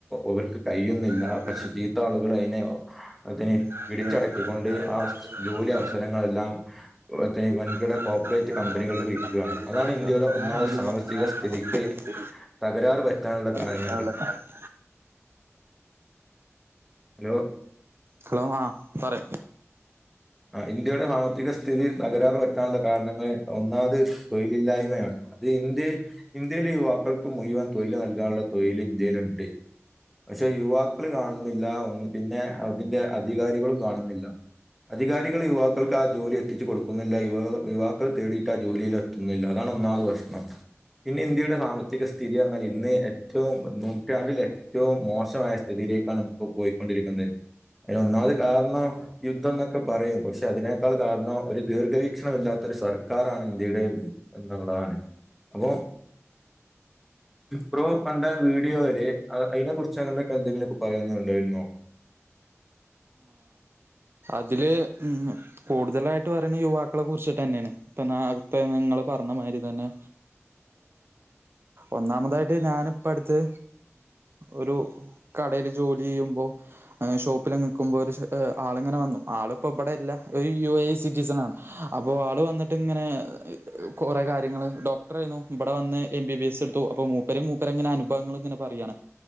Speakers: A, in the centre; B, on the right.
A: ഇവർക്ക് കഴിയുന്നില്ല
B: കയ്യിൽ
A: പക്ഷെ ചീത്ത ആളുകൾ അയ്നെ തനെ
B: നിൽക്കണം
A: പിടിച്ചടക്കിക്കൊണ്ട് ആ ജോലി അവസരങ്ങളെല്ലാം വൻകിട
B: നമ്മുടെ
A: കോപ്പറേറ്റ് കമ്പനികൾക്ക്
B: കോർപ്പറേറ്റ്
A: വിൽക്കുയാണ്
B: കമ്പനികളിൽ
A: അതാണ്
B: നിൽക്കുകയാണ്
A: ഇന്ത്യയുടെ
B: അതാണ്
A: ഒന്നാമത്
B: ഇന്ത്യയുടെ
A: സാമ്പത്തിക
B: ഒന്നാമത്തെ
A: സ്ഥിതിക്ക് തകരാർ പറ്റ നുള്ള കാരണങ്ങൾ
B: പ്രശ്നമുള്ള കാരണം
A: ഹലോ
B: ഹലോ ആ പറയ്
A: ആ ഇന്ത്യയുടെ സാമ്പത്തിക സ്ഥിതി തകരാറ് പറ്റാനുള്ള കാരണങ്ങള് ഒന്നാമത് തൊഴിലില്ലായ്മയാണ് അത് ഇന്ത്യ ഇന്ത്യയിലെ യുവാക്കൾക്ക് മുഴുവൻ തൊഴിൽ നൽ ക്കാനുള്ള തൊഴിൽ ഇന്ത്യയിലുണ്ട് പക്ഷെ യുവാക്കൾ കാണുന്നില്ല പിന്നെ അതിന്റെ അധികാരികളും കാണുന്നില്ല അധികാരികൾ യുവാക്കൾക്ക് ആ ജോലി എത്തിച്ചു കൊടുക്കുന്നില്ല യുവാക്കൾ തേടിയിട്ട് ആ ജോലിയിൽ എത്തുന്നില്ല അതാണ് ഒന്നാമത് പ്രശ്നം പിന്നെ ഇന്ത്യയുടെ സാമ്പത്തിക സ്ഥിതി എന്നാൽ ഇന്ന് ഏറ്റവും നൂറ്റാണ്ടില് ഏറ്റവും മോശമായ സ്ഥിതിയിലേക്കാണ് ഇപ്പൊ പോയിക്കൊണ്ടിരിക്കുന്നെ അതിന് ഒന്നാമത് കാരണം യുദ്ധം എന്നൊക്കെ പറയും പക്ഷെ അതിനേക്കാൾ കാരണം ഒരു ദീർഘവീക്ഷണം ഇല്ലാത്ത ഒരു സർക്കാറാണ് ഇന്ത്യയുടെ എന്നുള്ളതാണ് അപ്പോ ബ്രോ കണ്ട വീഡിയോയില് അയ്നെ കുറിച്ച് അങ്ങനെക്കെ എന്തെങ്കിലുക്കെ പറയുന്നുണ്ടായിരുന്നോ
B: ഇതില് കൂടുതലായിട്ട് പറയുന്ന യുവാക്കളെ കുറിച്ചിട്ട്ന്നെണ് ഇപ്പ ഇപ്പ നിങ്ങള് പറഞ്ഞ മാതിരി തന്നെ ഒന്നാമതായിട്ട് ഞാനിപ്പ അടുത്ത് ഒരു കടേൽ ജോലി ചെയ്യുമ്പോൾ ഷോപ്പില് നിൽക്കുമ്പോൾ ഒരു ആള് ങ്ങെ വന്നു ആളിപ്പോ ഇവിടെയല്ല യു എ സിറ്റിസൺ ആണ് അപ്പോ ആള് വന്നിട്ട് ഇങ്ങനെ കൊറെ കാര്യങ്ങള് ഡോക്ടർയിരുന്നു ഇവിടെ വന്ന് എം ബി ബി എസ് എടുത്തു അപ്പോ മൂപ്പര് മൂപ്പരെ ഇങ്ങനെ അനുഭവങ്ങള് ഇങ്ങനെ പറയാണ്